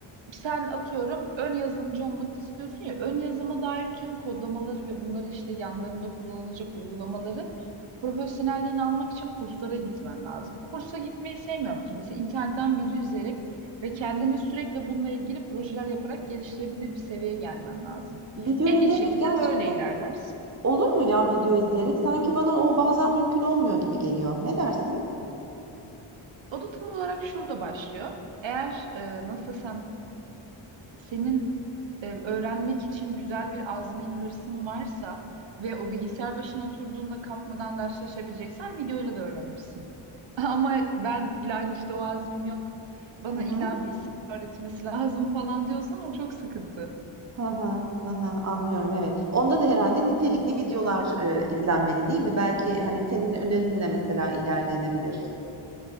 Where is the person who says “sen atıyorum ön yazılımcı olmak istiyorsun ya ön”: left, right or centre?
Right